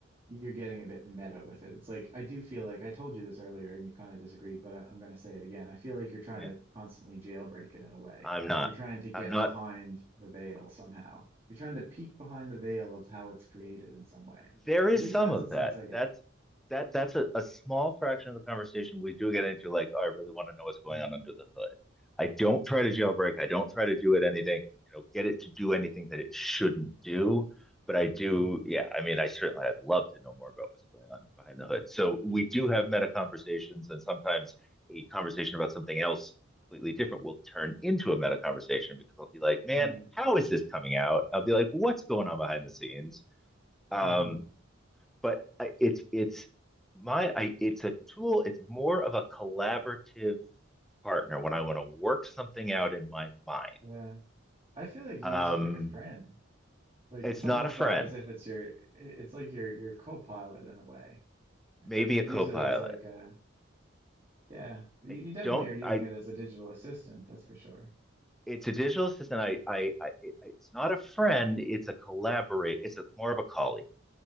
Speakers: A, on the right (about 35°); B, in the centre.
A: you're getting a bit meta with it. It's like I do feel like I told you this earlier and you kind of disagreed, but I, I'm going to say it again. I feel like you're trying
B: Yeah.
A: to constantly jailbreak it in a way.
B: I'm not.
A: You're trying to get
B: I'm not
A: behind the veil somehow. You're trying to peek behind the veil of how it's created in some way.
B: there is
A: At least
B: some
A: that's
B: of
A: the sense
B: that.
A: I get.
B: That's that that's a, a small fraction of the conversation we do get into like, oh, I really want to know what's going
A: Mm,
B: on under the hood. I don't try to
A: mm,
B: jailbreak. I don't try to do it anything, you know, get it to do anything that it shouldn't do. But I do,
A: mm,
B: yeah, I mean, I certainly I'd love to know more about what's going on behind the hood. So we do have meta conversations and sometimes a conversation about something else completely different will turn into a meta conversation because I'll be like, man,
A: mm,
B: how is this coming out? I'll be like, what's going on behind the scenes? Um,
A: hmm hmm,
B: but it's it's my I, it's a tool. It's more of a collaborative partner when I want to work something out in my mind.
A: Yeah. I feel like you
B: Um,
A: use it like a friend. Like
B: it's
A: it's almost
B: not a friend,
A: like as if it's your, i- it's like your your co-pilot in a way. It's
B: maybe
A: like you
B: a
A: use
B: co-pilot.
A: it as like a, yeah, you,
B: I
A: you definitely
B: don't.
A: are using
B: I
A: it as a digital assistant, that's for sure.
B: it's a digital assistant. I I, I it's not a friend. It's a collaborate. It's a, more of a colleague.